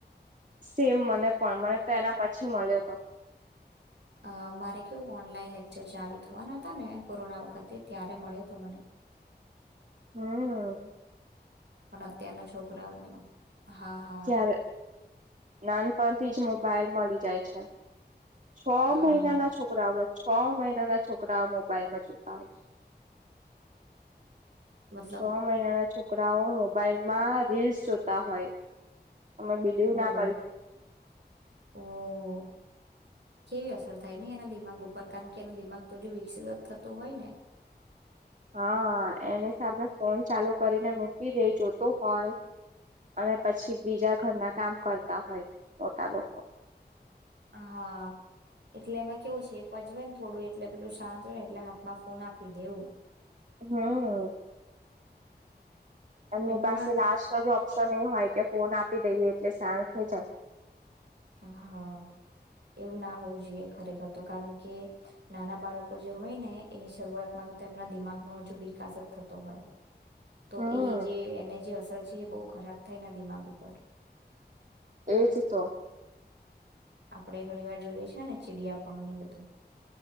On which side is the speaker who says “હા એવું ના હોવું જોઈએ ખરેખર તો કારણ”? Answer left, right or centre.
Right